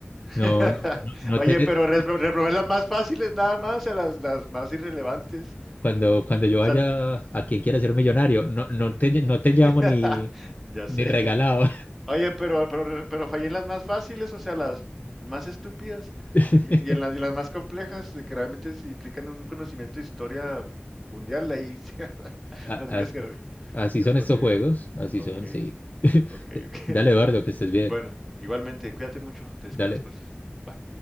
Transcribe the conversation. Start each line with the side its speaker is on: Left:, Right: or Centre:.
Centre: <laughs>
Left: No, no, no
Centre: Oye,
Left: te...
Centre: pero re- reprobé las más fáciles nada más, a las, las más irrelevantes.
Left: Cuando, cuando yo
Centre: O
Left: vaya
Centre: sea,
Left: a quien quiera ser millonario, no, no te, no te
Centre: <laughs>
Left: llamo ni,
Centre: ya
Left: ni
Centre: sé.
Left: regalado.
Centre: Oye, pero, pero, pero fallé en las más fáciles, o sea, las más estúpidas
Left: <laughs>
Centre: y en, y en las, y las más complejas, de que realmente sí implican un conocimiento de historia mundial, ahí sí, <laughs>
Left: A-
Centre: las
Left: as-
Centre: únicas que, re-
Left: así
Centre: que
Left: son
Centre: respondí
Left: estos juegos,
Centre: bien.
Left: así
Centre: Ok.
Left: son, sí. <laughs>
Centre: Ok, ok. <laughs>
Left: Dale, Eduardo, que estés bien.
Centre: Bueno, igualmente, cuídate mucho, te escribo
Left: Dale.
Centre: después. Bye.